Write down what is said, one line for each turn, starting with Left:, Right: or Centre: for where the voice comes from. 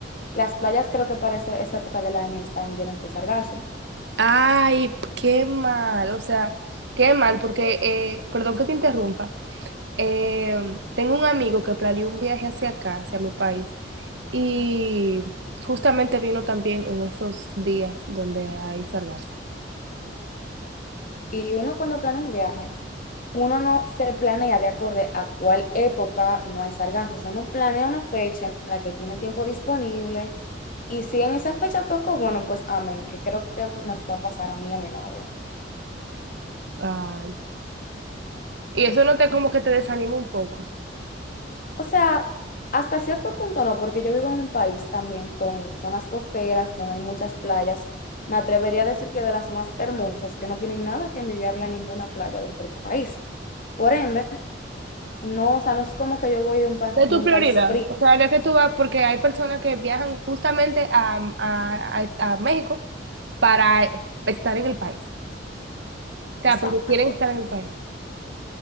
Left: Las playas creo que para esa, esa época del año están llenas de sargazo.
Right: Ay, qué mal, o sea, qué mal, porque, eh, perdón que te interrumpa, eh, tengo un amigo que planeó un viaje hacia acá, hacia mi país, y justamente vino también en esos días donde hay sargazo.
Left: Y uno cuando planea un viaje, uno no se planea de acorde a cuál época no hay sargazos, O sea, uno planea una fecha en la que tiene tiempo disponible. Y si en esa fecha toco, bueno, pues amén, que creo que nos va a pasar a mí y a mi novio.
Right: Ay, y eso no te como que te desanima un poco.
Left: O sea, hasta cierto punto no, porque yo vivo en un país también con zonas costeras donde hay muchas playas. Me atrevería a decir que de las más hermosas, que no tienen nada que envidiarle a ninguna playa de otro país. Por ende, no, o sea, no es como que yo voy de un, pa-
Right: De
Left: de
Right: tu
Left: un
Right: prioridad,
Left: país frío.
Right: o sea, de que tú vas, porque hay personas que viajan justamente a, a- a- a México para estar en el país, o sea,
Left: Exacto.
Right: porque quieren estar en el país.